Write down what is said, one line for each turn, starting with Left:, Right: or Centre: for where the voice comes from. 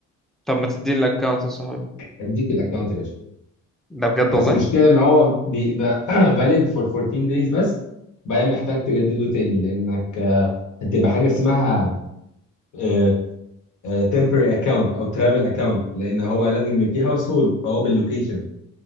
Centre: طب ما تديني الاكونت يا صاحبي
Left: اديك الاكونت يا باشا
Centre: ده بجد
Left: بس
Centre: والله
Left: المشكله ان هو بيبقى <clears throat> valid for 14 days بس بعدين محتاج تجدده تاني لانك آه، هتبقى حاجه اسمها آه، آه، temporary account او travel account لان هو لازم يبقى فيه هاوس هولد فهو باللوكيشن